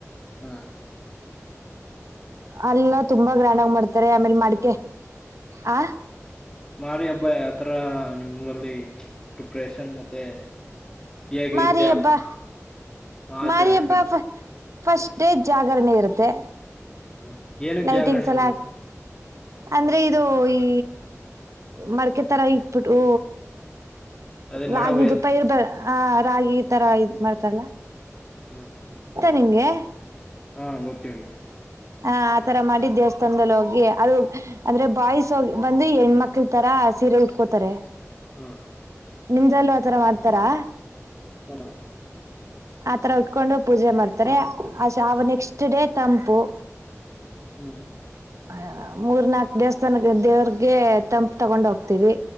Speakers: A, on the left (about 15°); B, on the right (about 70°).
A: ಹಾಂ
B: ಅಲ್ಲ ತುಂಬಾ ಗ್ರ್ಯಾಂಡ್ ಆಗಿ ಮಾಡ್ತಾರೆ ಆಮೇಲೆ ಮಡಿಕೆ ಹಾ
A: ಮಾರಿಡ ಹಬ್ಬ ಆತರ ನಿಮ್ಮ್ ಊರಲ್ಲಿ ಪ್ರಿಪ್ರೇಷನ್ ಮತ್ತೆ ಹೇಗಿರುತ್ತೆ
B: ಮಾರಿಯಬ್ಬಾ
A: ಹಬ್ಬ ಆಚರಣೆ
B: ಮಾರಿಯಬ್ಬಾ
A: ಬಗ್ಗೆ
B: ಫಸ್ಟ್ ಡೇ ಜಾಗರಣೆ ಇರುತ್ತೆ.
A: ಹ ಏನಕ್ಕೆ
B: ಲೈಟಿಂಗ್ಸ್
A: ಜಾಗರಣೆ
B: ಎಲ್ಲ
A: ಮಾಡುದು
B: ಅಂದ್ರೆ ಇದು ಈ ಮಡ್ಕೆ ತರ ಇಟ್ಬಿಟ್ಟು
A: ಅದೇ
B: ರಾಗಿದು
A: ಮಡ ಒಯ್ಯೋದು
B: ಪೈರ್ ಬೆಲ್ ಹ ರಾಗಿ ಈ ತರ ಇದ್ ಮಾಡ್ತಾರಲ್ಲ
A: ಹ್ಮ
B: ನಿಂಗೇ
A: ಹಾ ಗೊತ್ ಹೇಳಿ
B: ಹಾ ಆತರ ಮಾಡಿ ದೇವಸ್ಥಾನದಲ್ಲಿ ಹೋಗಿ ಅದು ಅಂದ್ರೆ ಬಾಯಸೋಗ್ ಬಂದು ಹೆಣ್ಮಕ್ ತಿಂತರ ಸೀರೆ ಉಟ್ಕೋತಾರೆ
A: ಹಾ
B: ನಿಮ್ದ್ರಲ್ಲು ಆತರ ಮಾಡ್ತಾರಾ
A: ಹ
B: ಆತರ ಉಟ್ಕೊಂಡು ಪೂಜೆ ಮಾಡ್ತಾರೆ ಅ ಶಾವ ನೆಕ್ಸ್ಟ್ ಡೇ ತಂಪು
A: ಹ್ಮ್
B: ಹ ಮೂರ್ ನಾಕ್ ದೇವಸ್ಥಾನಗ್ ದೇವ್ರಗೆ ತಂಪ್ಪ್ ತಗೊಂಡ್ ಹೋಗ್ತೀವಿ